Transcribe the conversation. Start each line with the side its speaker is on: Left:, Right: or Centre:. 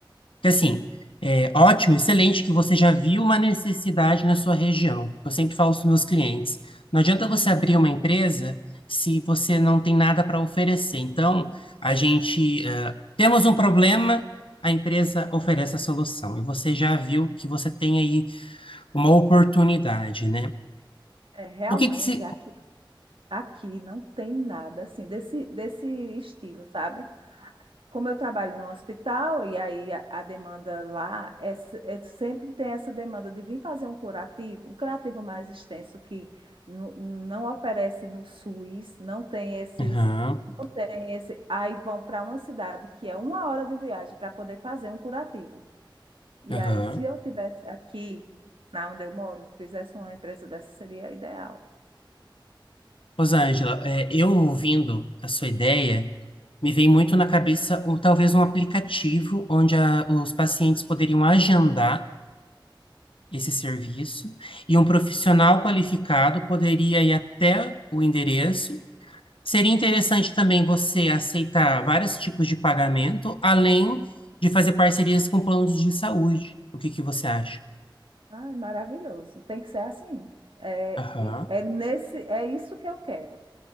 Left: Porque, Assim, é ótimo, excelente que você já viu uma necessidade na sua região. Eu sempre falo para os meus clientes, não adianta você abrir uma empresa se você não tem nada para oferecer. Então, a gente, eh, temos um problema, a empresa oferece a solução. E você já viu que você tem aí uma oportunidade, né?
Right: É, realmente,
Left: O que que se...
Right: aqui, aqui não tem nada assim desse, desse estilo, sabe? como eu trabalho no hospital, e aí a, a demanda lá é, se- é- sempre tem essa demanda de vir fazer um curativo, um curativo mais extenso que nu- não oferece no SUS, não tem esses,
Left: Aham,
Right: não tem esse, aí vão para uma cidade que é uma hora de viagem para poder fazer um curativo. E
Left: aham.
Right: aí, se eu tivesse aqui, na onde eu moro, fizesse uma empresa dessa, seria ideal.
Left: Rosângela, é, eu ouvindo a sua ideia, me vem muito na cabeça um, talvez um aplicativo onde a- os pacientes poderiam agendar esse serviço e um profissional qualificado poderia ir até o endereço. Seria interessante também você aceitar vários tipos de pagamento, além de fazer parcerias com planos de saúde. O que que você acha?
Right: Ai, maravilhoso. Tem que ser assim. É,
Left: Aham.
Right: e- é nesse, é isso que eu quero.